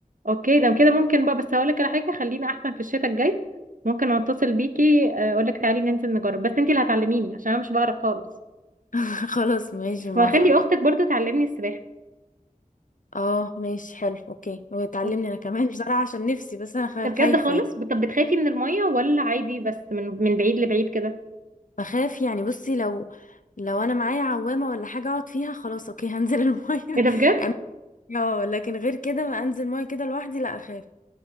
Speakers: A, on the right (about 70°); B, on the left (about 65°).
A: اوكي ده كده ممكن بقى بس هقول لك على حاجه خلينا احسن في الشتاء الجاي ممكن اتصل بيكي اقول لك تعالي ننزل نجرب بس انت اللي هتعلميني عشان انا مش بعرف خالص
B: <laughs> خلاص ماشي موافقة
A: وهخلي اختك برضو تعلمني السباحه
B: اه ماشي حلو اوكي وتعلمني
A: ده
B: انا كمان <laughs> بصراحة عشان نفسي بس انا خا-
A: بجد
B: خايفة
A: خالص
B: يعني
A: طب بتخافي من الميه ولا عادي بس من من بعيد لبعيد كده
B: بخاف يعني بصي لو لو انا معايا عوامة ولا حاجة اقعد فيها خلاص اوكي هنزل المية
A: ايه ده بجد
B: <laughs> اه لكن غير كده ما انزل ميه كده لوحدي لا اخاف